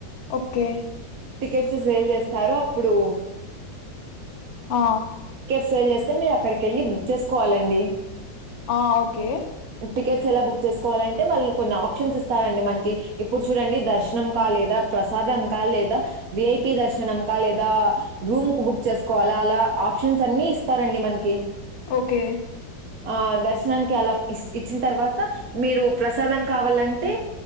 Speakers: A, on the left; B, on the right.
A: ఓకే
B: టికెట్స్ సేల్ చేస్తారు అప్పుడు
A: ఆ
B: సాయి చేస్తే మీరు అక్కడికెళ్ళి బుక్ చేసుకోవాలండి
A: ఆ ఓకే
B: టికెట్స్ ఎలా బుక్ చేసుకోవాలంటే వాళ్ళు కొన్ని ఆప్షన్స్ ఇస్తారండి మనకి ఇప్పుడు చూడండి దర్శనంక లేదా ప్రసాదంక లేదా విఐపి దర్శనంక లేదా రూమ్ కి బుక్ చేసుకోవాల అలా ఆప్షన్స్ అన్ని ఇస్తారండి మనకి
A: ఓకే
B: ఆ దర్శనానికి అలా ఇ ఇచ్చిన తర్వాత మీరు ప్రసాదం కావాలంటే